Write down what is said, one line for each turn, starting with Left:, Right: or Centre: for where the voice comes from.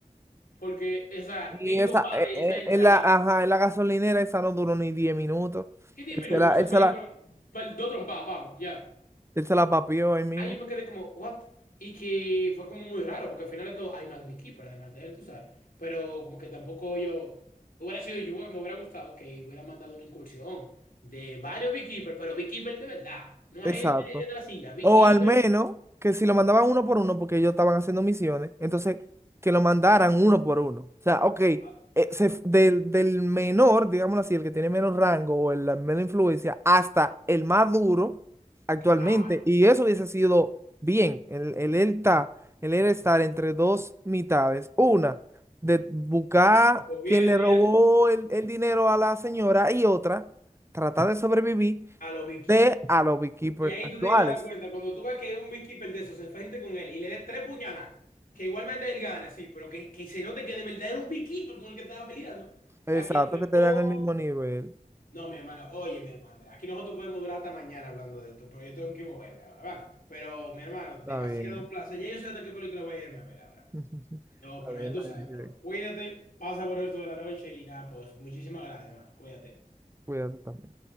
Left: Porque esa,
Right: Y
Left: ni en
Right: esa,
Left: combate,
Right: eh, eh,
Left: esa en
Right: en
Left: nada.
Right: la, ajá, en la gasolinera, esa no duró ni 10 minutos.
Left: ¿Qué 10
Right: Él
Left: minutos?
Right: se la,
Left: Pues esa
Right: él se
Left: pelea
Right: la,
Left: fueron pal- dos trompadas, vamos, ya.
Right: él se la papió ahí mismo.
Left: Ay, yo me quedé como, ¿what? Y que fue como muy raro, porque al final de todo hay más Beekeeper, además de él, tú sabes. Pero como que tampoco yo, hubiera sido yo, me hubiera gustado que hubiera mandado una incursión de varios Beekeeper, pero Beekeeper de verdad, no
Right: Exacto.
Left: a gente de la silla, Beekeeper,
Right: O al menos que si lo mandaban uno por uno, porque ellos estaban haciendo misiones, entonces que lo mandaran uno por uno. O sea, ok, eh,
Left: ah,
Right: se f- del, del menor, digámoslo así, el que tiene menos rango o el, la menos influencia, hasta el más duro actualmente.
Left: claro,
Right: Y eso hubiese sido bien. El, el, él está, el él estar entre dos mitades. Una, de buscar
Left: pues bien,
Right: quien le robó
Left: y eso,
Right: el, el dinero a la señora y otra, tratar de sobrevivir
Left: a los Beekeeper.
Right: de a los beekeepers
Left: Y ahí
Right: actuales.
Left: tú te ibas a dar cuenta, cuando tú ves que un Beekeeper de esos se enfrente con él y le des tres puñaladas, que igualmente él gane, sí, pero que, que se note que de verdad era un Beekeeper con el que estaba peleando. O sea,
Right: Exacto,
Left: que lo dejó
Right: que te dan el mismo nivel.
Left: No, mi hermano, oye, mi hermano, mira, aquí nosotros podemos durar hasta mañana hablando de esto, pero yo tengo que moverme ahora, ¿vale? Pero, mi hermano, demasiado
Right: Está bien.
Left: un placer. Ya yo sé hasta qué película voy a irme a ver ahora.
Right: <laughs>
Left: No,
Right: Está
Left: pero
Right: bien,
Left: ya tú sabes,
Right: hay que
Left: bro. Cuídate, pasa por el resto de la noche y nada, pues muchísimas gracias, hermano. Cuídate.
Right: cuídate también.